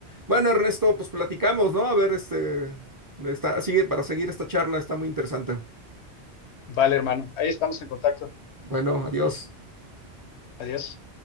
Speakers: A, on the right (about 30°); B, on the left (about 80°).
A: Bueno, Ernesto, pues platicamos, ¿no? A ver, este, está, sigue para seguir esta charla, está muy interesante.
B: vale, hermano. Ahí estamos en contacto.
A: Bueno, adiós.
B: Adiós.